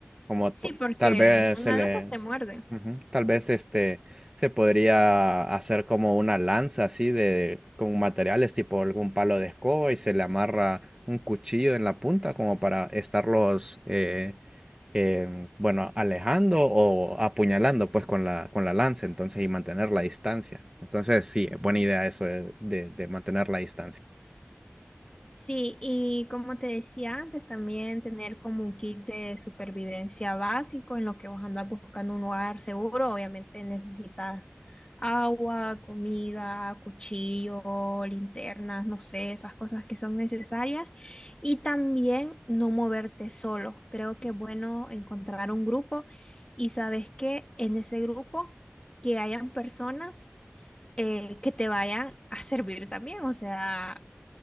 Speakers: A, on the right; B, on the left.
A: como po-
B: Sí, porque
A: tal vez
B: en una
A: se le,
B: de esas te muerden.
A: Ujú, Tal vez este se podría hacer como una lanza así de con materiales tipo algún palo de escoba y se le amarra un cuchillo en la punta como para estarlos eh, em, bueno alejando o apuñalando pues con la con la lanza entonces y mantener la distancia. Entonces sí, buena idea eso de, de- de mantener la distancia.
B: Sí, y como te decía antes, también tener como un kit de supervivencia básico en lo que vos andas buscando un lugar seguro. Obviamente necesitas agua, comida, cuchillo, linternas, no sé, esas cosas que son necesarias. Y también no moverte solo. Creo que es bueno encontrar un grupo y sabes que en ese grupo que hayan personas eh, que te vayan a servir también. O sea